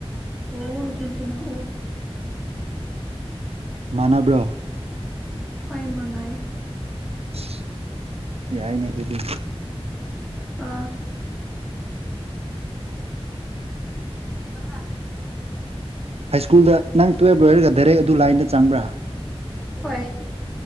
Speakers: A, in the centre; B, on the right.
A: ꯑꯣ ꯑꯔꯖꯦꯟꯇꯤꯅꯥ ꯑꯣ
B: ꯃꯥꯟꯅꯕ꯭ꯔꯣ
A: ꯍꯃꯅꯥꯏ
B: ꯑꯁ ꯌꯥꯏꯏꯅꯦ ꯑꯗꯨꯗꯤ
A: ꯑ ꯍꯥꯔ
B: ꯍꯥꯏ ꯁ꯭ꯀꯨꯜꯗ ꯅꯪ ꯇꯨꯌꯦꯦꯜꯞ ꯂꯣꯏꯔꯒ ꯗꯥꯏꯔꯦꯛ ꯑꯗꯨ ꯂꯥꯏꯟꯗ ꯆꯪꯕ꯭ꯔꯥ
A: ꯍꯣꯏ